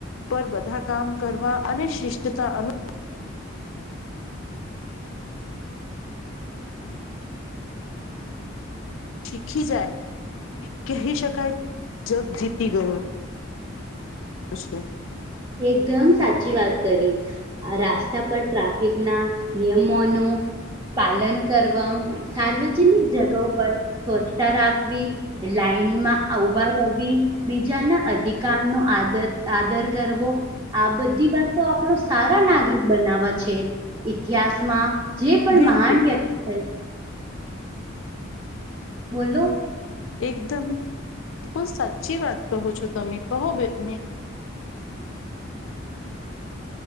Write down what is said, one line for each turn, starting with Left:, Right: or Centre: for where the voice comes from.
Left: પર બધા કામ કરવા અને શિષ્ટતા અનુ શીખી જાય કહી શકાય જગ જીતી ગયો. <unintelligible>
Right: એકદમ સાચી વાત કરી. આ રાસ્તા પર ટ્રાફિક ના નિયમોનું પાલન કરવા સાર્વજનિક જગા પર સ્વચ્છતા રાખવી- - લાઈનમાં ઉભા રવી બીજાના અધિકાર નો આદર આદર- - કરવો આ બધી વાતો આપણો સારા નાગરિક બનાવા છે. ઇતિહાસમાં જે પણ
Left: બિલકુલ
Right: મહાન વ્યક્તિ થ- - બોલો?
Left: એકદમ બિલકુલ સાચી વાત કહો છો તમે કહો બેને- -